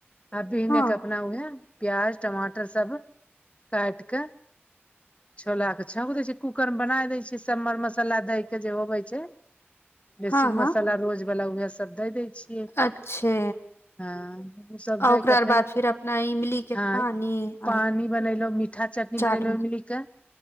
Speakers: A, on the left; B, on the left.
A: आ बिने
B: हाँ,
A: बनाउए प्याज टमाटर सब काटिक छोला के छौंक देै छै कूकर मे बना देय छ सब मर मसाला देय के जे होवे छै
B: <inaudible>
A: बेसीक
B: हाँ,
A: मसाला रोज बालला उएह सब दय दै छी
B: अच्छे
A: हँ ओ सब
B: आ
A: दै
B: ओकरा
A: के फेर
B: बाद फिर अपना इमलीके
A: हँ
B: पानी आ
A: पानि बनेली मीठा चटनी
B: चाट
A: बनेले इमली के